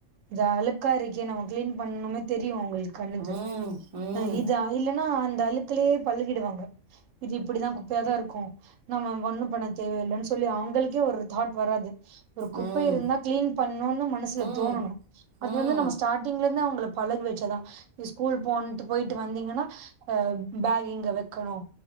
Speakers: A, on the right (about 80°); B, on the right (about 35°).
A: இது அழுக்காயிருக்கே நமக்கு கிளின் பண்ணுமே தெரியும் அவங்களுக்கு கண்ணுது
B: ம் ம்
A: உஹ் இது இல்லன்னா அந்த அலுக் இதுலயே பள்ளுகிடுவாங்க இது இப்படிதான் கு பியா தான் இருக்கும் நம்ம ஒண்ணும் பண தேவையில்லைன்னு சொல்லி அவங்களுக்கே ஒரு தாட் வராது ஒரு குப்பை
B: ம்
A: இருந்தா கிளீன் பண்ணும்னு மனசுல
B: ம்
A: தோணணும் அது
B: ம்
A: வந்து நம்ம ஸ்டாரிங்லோ இன்நா உங்களை பழகி வச்சதான் ஸ்கூல் போன்ட்டு போயிட்டு வந்தீங்கன்னாஹ பேக் இங்க வைக்கணும்